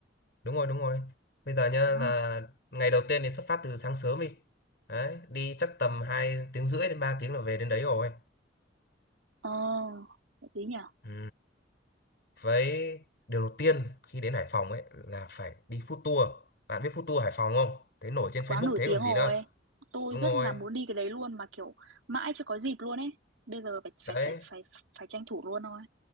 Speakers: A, on the left; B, on the right.
A: đúng rồi đúng rồi bây giờ nhá
B: Ờ.
A: là ngày đầu tiên thì xuất phát từ sáng sớm đi đấy đi chắc tầm hai tiếng rưỡi đến 3 tiếng là về đến đấy rồi
B: Ờ, hợp lý nhỉ?
A: ừ. với điều đầu tiên khi đến Hải Phòng ấy là phải đi food tour bạn biết food tour Hải Phòng không thấy nổi trên Facebook
B: quá nổi
A: thế
B: tiếng
A: còn
B: rồi
A: gì nữa
B: tôi
A: đúng
B: rất
A: rồi
B: là muốn đi cái đấy luôn mà kiểu mãi chưa có dịp luôn ấy bây giờ phải
A: đấy
B: phải phải phải phải tranh thủ luôn thôi